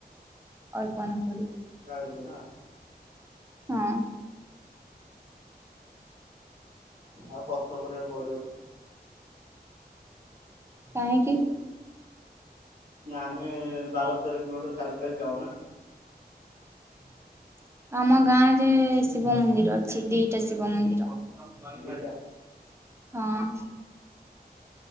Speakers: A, on the right; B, on the right.
A: ଅର୍ପଣ କରୁ।
B: ଢାଳିଦିଅ ନା
A: ହଁ।
B: ଆଉ କଷ୍ଟ କରିବାକୁ ପଡିବନି ଆଉ।
A: କାହିଁକି?
B: ନାଁ ଆମେ ବାର ତେର କିଲୋମିଟର ଚାଲି ଚାଲି ଯାଉ ନାଁ।
A: <inaudible> ଆମ ଗାଁ ରେ ଶିବ ମନ୍ଦିର ଅଛି ଦିଟା ଶିବ ମନ୍ଦିର। <unintelligible>
B: ଦିଟା
A: ହଁ।